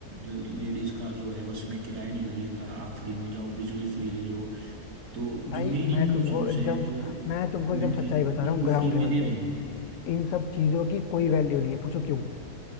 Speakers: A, on the right; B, on the left.
A: जो लेडीज का जो है बस में किराया नहीं लगेगा आप फ्री में जाओ बिजली फ्री ले लो तो
B: भाई
A: जो मेन इनकम
B: मैं तुमको
A: सोर्स
B: एकदम
A: हैं जो
B: मैं
A: गवर्नमेंट
B: तुमको एकदम सच्चाई
A: की
B: बता
A: उनको
B: रहा हूँ ग्राउंड
A: फ्री
B: लेवल
A: में दे रहे
B: पे
A: हैं
B: इन सब चीजों की कोई वैल्यू नहीं है पूछो क्यों